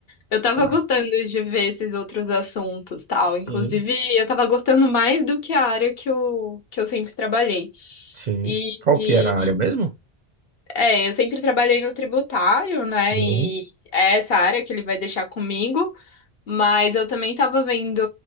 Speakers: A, on the left; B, on the right.
A: Eu tava
B: tá.
A: gostando de ver esses outros assuntos, tal. Inclusive,
B: Sim,
A: eu tava gostando mais do que a área que eu, que eu sempre trabalhei.
B: sim.
A: E,
B: Qual
A: e,
B: que era a área mesmo?
A: é, eu sempre trabalhei no tributário, né?
B: Sim.
A: E é essa área que ele vai deixar comigo. Mas eu também tava vendo